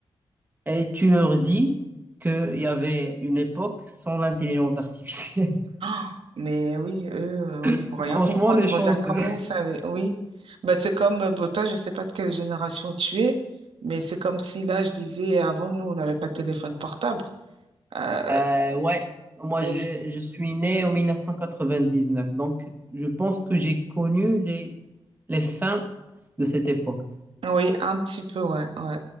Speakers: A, on the right (about 20°); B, on the right (about 80°).
A: et tu leur dis qu'il y avait une époque sans l'intelligence artificielle.
B: Ah, Mais oui, eux, euh, oui,
A: <laughs>
B: ils vont rien
A: Franchement,
B: comprendre.
A: les
B: Ils
A: est chanceux.
B: vont dire, comment
A: <laughs>
B: vous savez? Oui. Bah, c'est comme, euh, bon, toi, je ne sais pas de quelle génération tu es, mais c'est comme si là, je disais, avant, nous, on n'avait pas de téléphone portable. Euh,
A: Euh, ouais, moi
B: les-
A: je, je suis né en 1999, donc je pense que j'ai connu les, les fins de cette époque.
B: Oui, un petit peu, ouais, ouais.